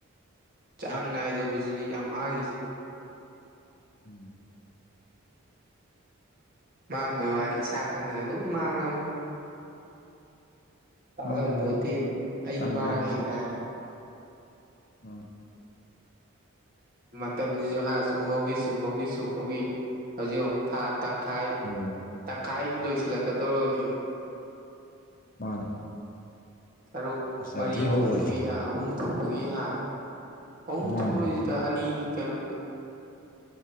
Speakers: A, on the right; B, on the left.
A: ꯆꯥꯡ ꯅꯥꯏꯗꯕꯁꯤꯅꯤ ꯌꯥꯝ ꯃꯥꯡꯉꯤꯁꯤ
B: ꯎꯝ
A: ꯃꯥꯡꯕꯩ ꯋꯥꯗꯤ ꯏꯁꯥ ꯈꯪꯗꯅ ꯑꯗꯨꯝ ꯃꯥꯡꯉꯝꯅꯤ ꯇꯥꯛꯂꯝꯄꯣꯠꯇꯦꯟ
B: ꯃꯥꯅꯦ ꯃꯥꯅꯦ
A: ꯑꯩ
B: ꯆꯥꯡ
A: ꯃꯥꯡꯉꯦ
B: ꯅꯥꯏꯕ
A: ꯀꯥꯏ
B: ꯑ
A: ꯃꯇꯝꯖꯤꯖꯨ ꯍꯥ ꯁꯨꯝꯍꯧꯒꯤ ꯁꯨꯝꯍꯧꯒꯤ ꯁꯨꯝꯍꯧꯒꯤ ꯍꯧꯖꯤꯛ ꯌꯦꯡꯉꯨ ꯊꯥ ꯇꯪꯈꯥꯏ
B: ꯇꯥꯕ꯭ꯔꯣ
A: ꯇꯪꯈꯥꯏꯒꯤ ꯂꯣꯏꯁꯤꯜꯂꯛꯀꯗꯧꯔꯕꯅꯤ
B: ꯃꯥꯅꯦ
A: ꯁꯔꯨꯛ
B: ꯑꯁ
A: ꯃꯔꯤ
B: ꯌꯥꯝ ꯊꯤ ꯍꯧꯈ꯭ꯔꯦ
A: ꯊꯣꯛꯄꯒꯤ ꯑ ꯑꯍꯨꯝ ꯊꯣꯛꯄꯒꯤ ꯍꯥ ꯑꯍꯨꯝ
B: ꯃꯥꯅꯤ
A: ꯊꯣꯛꯑꯔꯣꯏꯖꯤꯗ ꯑꯅꯤꯒꯤ ꯀꯩꯅꯣꯗ